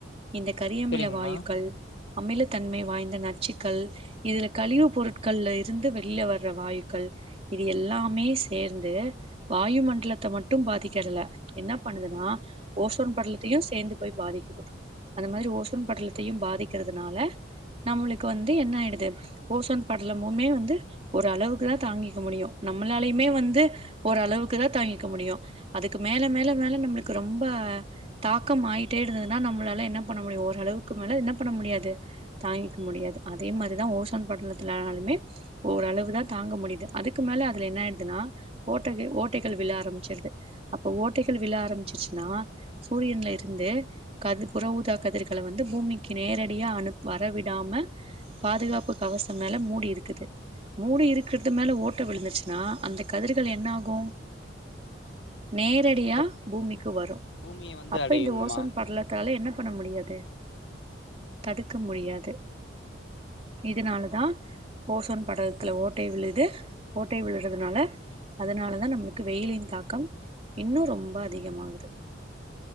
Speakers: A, on the right; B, on the left.
A: இந்த கரியமில
B: சரிங்கம்மா.
A: வாயுக்கள் அமிலத்தன்மை வாய்ந்த நச்சுக்கள் இதுல கழிவு பொருட்கள்ல இருந்து வெளில வர் ர்ற வாயுக்கள் இது எல்லாமே சேர்ந்து வாயு மண்டலத்த மட்டு பாதிக்கர்ல என்னா பண்ணுதுனா ஓசோன் படலத்தையு சேந்து போய் பாதிக்குது அது மாரி ஓசோன் படலத்தையும் பாதிக்கிறதுனால நம்மளுக்கு வந்து என்னகயிடுது ஓசோன் படலமுமே வந்து ஒரு அளவுக்கு தா தாங்கிக்க முடியு நம்மளாலயுமே வந்து ஒரு அளவுக்கு தா தாங்கிக்க முடியு அதுக்கு மே மேல மேல மேல நம்மளுக்கு ரொம்ப தாக்க ஆயிட்டே இருந்ததுன்னா நம்மளால என்ன பண்ண முடியு ஓரளவுக்கு மே நம்மனால்ல என்ன பண்ண முடியாது தாங்கிக்க முடியாது அதே மாரிதா ஓசோன் படலத்தினாலுமே ஓரளவுதா தாங்க முடியுது அதுக்கு மேல அதுல என்னாயிடுதுன்னா ஓட்டையில் ஓட்டைகள் விழ ஆரம்பிச்சிருது அப்போ ஓட்டைகள் விழ ஆரம்பிச்சிச்சுன்னா சூரியன்ல இருந்து கதி புற ஊதா கதிர்கள வந்து பூமிக்கு நேரடியா அனுப் வரவிடாம பாதுகாப்பு கவச மேல மூடிருக்குது மூடி இருக்கிறது மேல ஓட்ட விழுந்துச்சுன்னா அந்த கதிர்கள் என்னாகு நேரடியா
B: அந்த
A: பூமிக்கு வரு
B: பூமிய வந்து
A: அப்போ
B: அடையுங்கம்மா.
A: இந்த ஓசோன் படலத்தால என்ன பண்ண முடியாது தடுக்க முடியாது இதனாலதா ஓசோன் படலத்துல ஓட்டை விழுது ஓட்டை விழுறதுனால அதனாலதா நம்மளுக்கு வெயிலின் தாக்க இன்னு ரொம்ப அதிகமாகுது